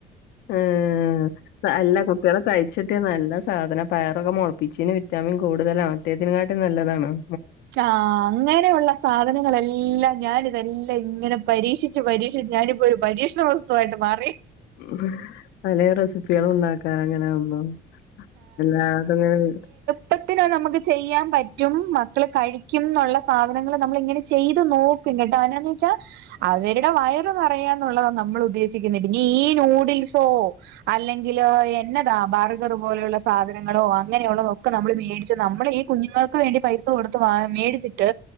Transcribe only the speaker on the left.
ഹ് ആ.. അല്ല കുപ്പികളെ കഴിച്ചിട്ട് നല്ല സാധനം പയറൊക്കെ മുളപ്പിച്ചിന് വിറ്റാമിൻ കൂടുതലാണ് മറ്റതിനെക്കാട്ടും നല്ലതാണ്ഉം
<inaudible> പല റെസിപ്പികളുണ്ടാക്കാ അങ്ങനാവുമ്പോ. എല്ലാരതും ഇങ്ങനെ